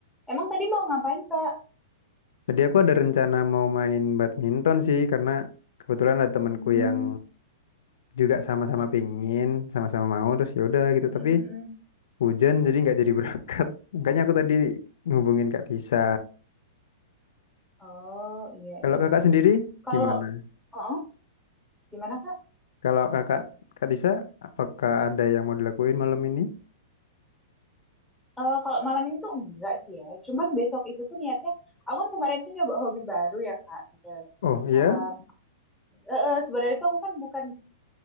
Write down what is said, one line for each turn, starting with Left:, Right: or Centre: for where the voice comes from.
Centre: Emang tadi mau ngapain Kak?
Left: Jadi aku ada rencana mau main badminton sih karena kebetulan ada temanku
Centre: Hmm,
Left: yang juga sama-sama pingin, sama-sama mau terus ya udah gitu.
Centre: mm-mm-mm.
Left: Tapi hujan jadi nggak jadi berangkat. <laughs> Makanya aku tadi ngubungin Kak Tisa.
Centre: Oh iya
Left: Kalau
Centre: iya.
Left: kakak sendiri
Centre: Kalau,
Left: gimana?
Centre: oh gimana Kak?
Left: Kalau kakak Kak Tisa, apakah ada yang mau dilakuin malam ini?
Centre: Eh, kalau malam ini tuh enggak sih ya. Cuman besok itu tuh niatnya, aku kan kemarin sih nyoba hobi baru ya Kak. Gitu.
Left: Oh iya?
Centre: Em, eh, eh, sebenarnya tuh aku kan bukan